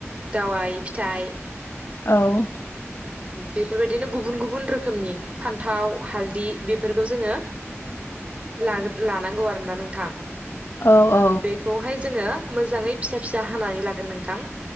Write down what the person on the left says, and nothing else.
औ।
औ औ